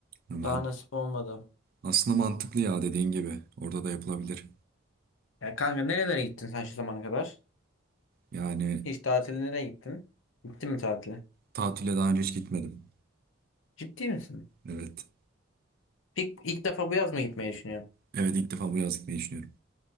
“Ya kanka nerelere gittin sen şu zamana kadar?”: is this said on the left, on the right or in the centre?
Left